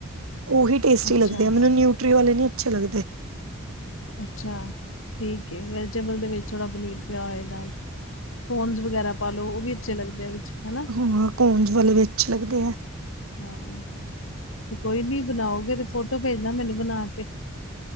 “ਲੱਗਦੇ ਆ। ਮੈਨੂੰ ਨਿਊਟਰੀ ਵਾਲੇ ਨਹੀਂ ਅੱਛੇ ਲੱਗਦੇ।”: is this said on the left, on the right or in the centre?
Right